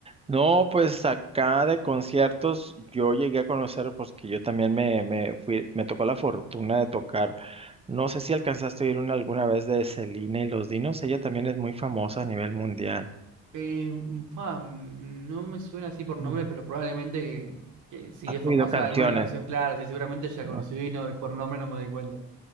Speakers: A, on the right; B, on the right.
A: No, pues acá de conciertos yo llegué a conocer, porque yo también me, me fui, me tocó la fortuna de tocar. No sé si alcanzaste a ir una alguna vez de Selena y los Dinos, ella también es muy famosa a nivel mundial.
B: Eh, mm, pa, mm, no me suena así por nombre,
A: Mm.
B: pero probablemente que, que si
A: ¿Has
B: es famosa
A: oído canciones?
B: alguna canción, claro, sí, seguramente ya conocí
A: Ok.
B: y no, por nombre no me doy cuenta.